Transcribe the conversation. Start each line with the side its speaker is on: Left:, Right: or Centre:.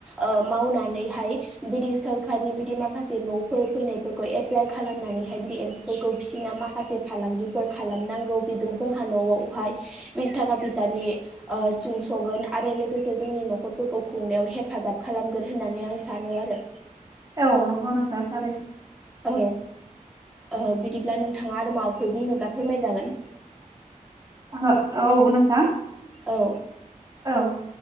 Centre: ओ मावनानैहाय बिदि सोरखारनि बिदि माखासे न'फोर फैनायफोरखौ <unintelligible> एप्लाइ खालामनानैहाय बिदि एम्फौफोरखौ फिसिना माखासे फालांगिफोर खालामनांगौ बेजों जोंहा न'आवहाय बे थाखा फैसानि सुंस'गोन आरो लोगोसे जोंनि न'खरफोरखौ खुंनायाव हेफाजाब खालामगोन होननानै आं सानो आरो
Right: औ नोंगौ नोंथां थारैनो।
Centre: औ ओ बिदिब्ला नोंथाङा आरो माबाफोर बुंनोब्ला फोरमायजागोन।
Right: <unintelligible> औ नोंथां।
Centre: औ
Right: औ